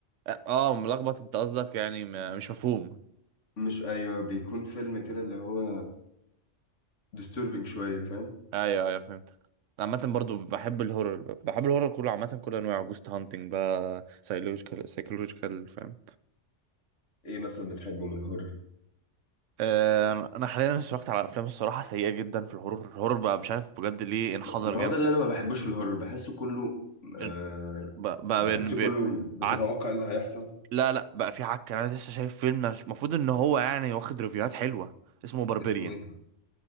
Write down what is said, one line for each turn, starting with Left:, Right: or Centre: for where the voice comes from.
Right: اه آه، ملخبط انت قصدك يعني ما- مش مفهوم
Left: مش أيوه بيكون فيلم كده اللي هو disturbing شوية فاهم
Right: ايوه ايوه فهمتك عامة برضو بحب الهورر بحب الهورر كله عامة كل انواعه جوست هانتنج بقى سايكولوجيكال سايكولوجيكال فاهم
Left: ايه مثلا بتحبه من الهورر
Right: آه، انا حاليا اتفرجت على افلام الصراحه سيئه جدا في الهورر الهورر بقى مش عارف بجد ليه انحدر
Left: ما
Right: جامد
Left: هو ده اللي انا ما بحبوش في الهورر بحسه كله
Right: ال-
Left: أه
Right: بقى, بقى
Left: بحسه
Right: بين- ب-
Left: كله بتتوقع
Right: عك
Left: إيه اللي هيحصل
Right: لا لا بقى في عك انا لسه شايف فيلم أنا مش المفروض ان هو يعني واخد ريفيوهات حلوه اسمه باربيريان
Left: اسمه ايه